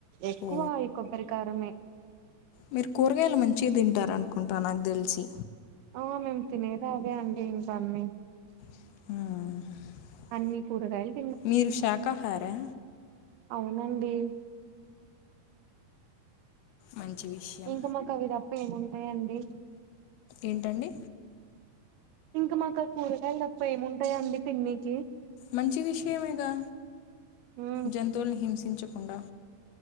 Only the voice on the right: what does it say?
ఎక్కువ
ఈ కొబ్బరికారమే
ఆ మేము తినేదే అదే అండి ఇంక అన్నీ
అన్ని కూరగాయల్
అవునండి
ఇంకా మాకు అవి తప్ప ఏముంటాయంండి
ఇంకా మాకు కూరగాయలు తప్ప ఏముంటాయం అండి తిననికి
ఉమ్